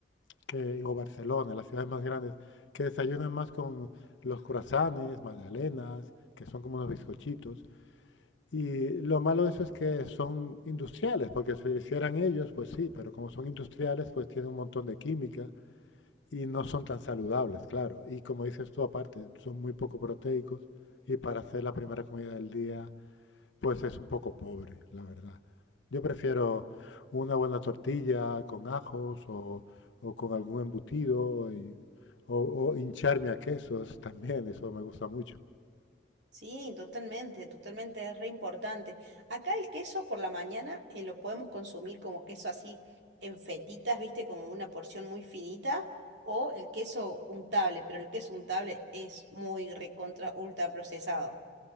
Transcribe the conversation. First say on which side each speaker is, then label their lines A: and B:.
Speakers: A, on the left (about 80°); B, on the right (about 70°).
A: que, o Barcelona, las ciudades más grandes, que desayunan más con los croissants, magdalenas, que son como unos bizcochitos. Y lo malo de eso es que son industriales, porque si lo hicieran ellos, pues sí, pero como son industriales, pues tienen un montón de química y no son tan saludables, claro. Y como dices tú, aparte, son muy poco proteicos y para hacer la primera comida del día, pues es un poco pobre, la verdad. Yo prefiero una buena tortilla con ajos o, o con algún embutido y- o, o hincharme a quesos también, eso me gusta mucho.
B: Sí, totalmente, totalmente, es re importante. Acá el queso por la mañana eh, lo podemos consumir como queso así en fetitas, viste, como una porción muy finita, o el queso untable, pero el queso untable es muy recontra ultra procesado.